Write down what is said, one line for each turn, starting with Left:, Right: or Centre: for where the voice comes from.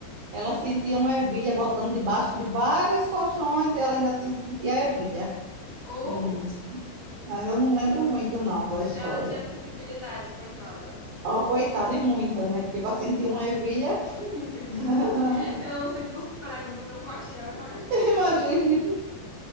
Right: Ela sentia uma ervilha botando debaixo de vários colchões e ela ainda sentia a ervilha.
Left: Ou
Right: Hum, mas eu não lembro muito, não, da história.
Left: ela tinha sensibilidades, coitada.
Right: Oh, coitada, e muita, né? Porque para sentir uma ervilha,
Left: <laughs>
Right: <laughs>
Left: Eu não sinto os pregos do meu colchão, imagina.
Right: imagine,